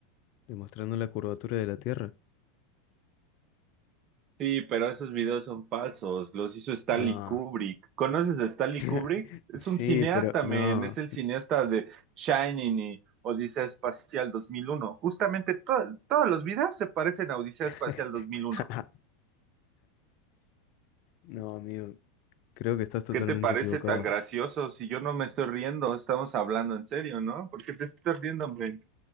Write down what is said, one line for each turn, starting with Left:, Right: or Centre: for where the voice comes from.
Left: demostrando la curvatura de la Tierra.
Right: Sí, pero esos videos son falsos, los hizo Stanley
Left: No.
Right: Kubrick. ¿Conoces a Stanley
Left: <laughs>
Right: Kubrick? Es
Left: Sí,
Right: un cineasta,
Left: pero no.
Right: men, es el cineasta de Shining y Odisea Espacial 2001. Justamente to- todos los videos se parecen a Odisea
Left: <laughs>
Right: Espacial 2001.
Left: No, amigo, creo que estás totalmente
Right: ¿Qué te parece
Left: equivocado.
Right: tan gracioso? Si yo no me estoy riendo, estamos hablando en serio, ¿no? ¿Por qué te estás riendo, men?